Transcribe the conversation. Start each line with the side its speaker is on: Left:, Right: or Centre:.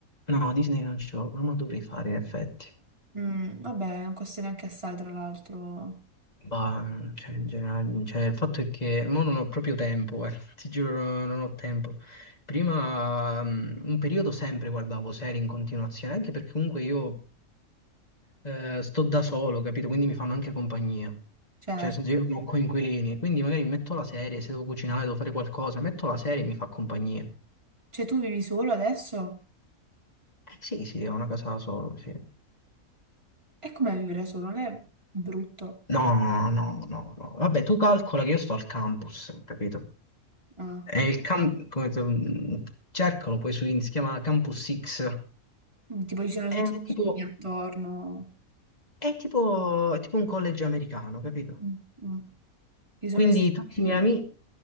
Left: No, Disney non ce l'ho, però me lo dovrei fare in effetti.
Right: Mm, vabbè, non costa neanche assai, tra l'altro.
Left: Bah, cioè, in generale, cioè, il fatto è che mo non ho proprio tempo, guarda, <laughs> ti giuro, no- non ho tempo. Prima, mm, un periodo sempre guardavo serie in continuazione, anche perché comunque io eh, sto da solo, capito? Quindi mi fanno anche compagnia.
Right: Certo.
Left: Cioè, nel senso, io non ho coinquilini, quindi magari metto la serie, se devo cucinare, devo fare qualcosa, metto la serie e mi fa compagnia.
Right: Cioè, tu vivi solo adesso?
Left: Eh, sì, sì, ho una casa da solo, sì.
Right: E com'è vivere da solo? Non è brutto?
Left: No, no, no, no. no. Vabbè, tu calcola che io sto al campus, capito?
Right: Ah.
Left: È il cam- come se- mh, cercalo poi su in si chiama Campus X.
Right: Mm, Tipo, ci sono
Left: È
Right: tutti i vicini
Left: tipo,
Right: attorno.
Left: è tipo, è tipo un college americano, capito?
Right: Mm, mm. Ci sono
Left: Quindi
Right: le strutture.
Left: tutti i miei amici,